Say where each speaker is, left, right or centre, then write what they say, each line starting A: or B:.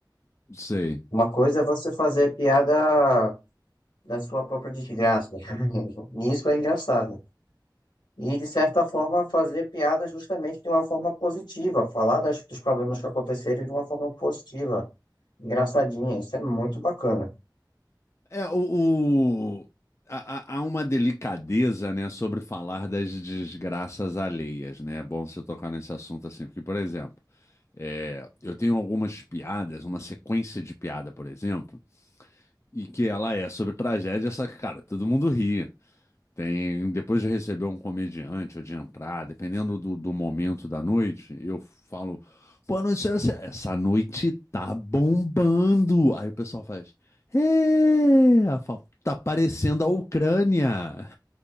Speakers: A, on the left; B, on the left.
A: Sei.
B: Uma coisa é você fazer piada da sua própria desgraça. <laughs> Isso é engraçado. E, de certa forma, fazer piada justamente de uma forma positiva, falar das, dos problemas que aconteceram de uma forma positiva, engraçadinha. Isso é muito bacana.
A: É, o, o- há, há- há uma delicadeza, né, sobre falar das desgraças alheias, né? É bom você tocar nesse assunto assim, porque, por exemplo, é, eu tenho algumas piadas, uma sequência de piada, por exemplo, e que ela é sobre tragédia, só que, cara, todo mundo ri. Tem, depois de receber um comediante ou de entrar, dependendo do, do momento da noite, eu falo, boa noite, essa, essa noite tá bombando. Aí o pessoal faz, é, eu falo, tá parecendo a Ucrânia.